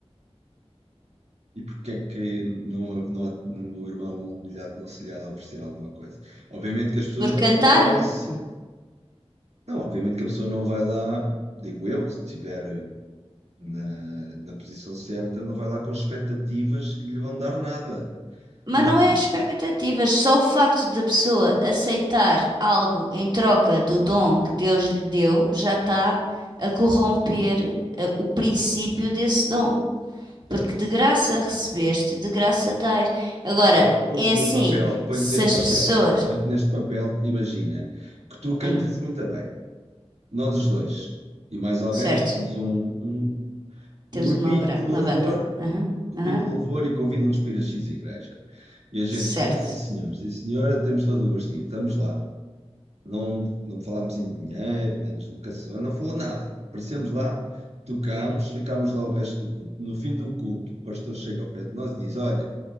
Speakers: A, on the right; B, on the right.
A: E porque é que não, não, há- não- o irmão não lhe há, não se lhe há de oferecer alguma coisa? Obviamente que as pessoas
B: Por
A: não
B: cantar?
A: vão com esse. Não, obviamente que a pessoa não vai lá, digo eu, se estiver na, na posição certa, não vai lá com expectativas que lhe vão dar nada.
B: Mas
A: Mas,
B: não é as expectativas, só o facto da pessoa aceitar algo em troca do dom que Deus lhe deu já está a corromper eh, o princípio desse dom.
A: certo.
B: Porque de graça recebeste, de graça dás. Agora,
A: Então, põe-te
B: é assim,
A: num papel, põe-te
B: se
A: neste
B: as
A: papel,
B: pessoas.
A: põe-te neste papel, imagina que tu cantas
B: Hum,
A: muito bem, nós os dois, e mais alguém,
B: certo,
A: temos um, um
B: temos
A: um grupinho
B: uma, bra-
A: de louvor,
B: uma banda. Aham,
A: um grupinho
B: aham,
A: de louvor e convidam-nos para ir a X igreja. E a gente,
B: certo.
A: vai, sim senhor, sim senhora, temos todo o gostinho, estamos lá. Não, não falámos em dinheiro, nem deslocação, não falou nada. Aparecemos lá, tocámos, ficámos lá o resto do culto. No fim do culto, o pastor chega ao pé de nós e diz: Olha,